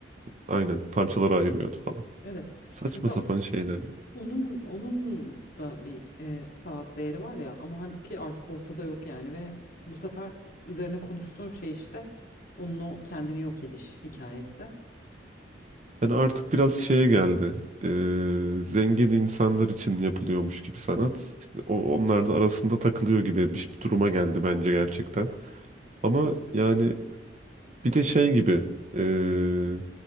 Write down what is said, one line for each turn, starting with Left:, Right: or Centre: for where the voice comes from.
Right: aynen parçalara ayırıyordu falan.
Left: Evet.
Right: Saçma
Left: Mesela
Right: sapan şeyler.
Left: Onun onun da bir e, saat değeri var ya ama halbuki artık ortada yok yani ve bu sefer üzerine konuştuğun şey işte onun o kendini yok ediş hikayesi.
Right: Yani artık biraz şeye geldi. E, zengin insanlar için yapılıyormuş gibi sanat. İşte o, onlar da arasında takılıyor gibi bir duruma geldi bence gerçekten. Ama yani Bir de şey gibi eee,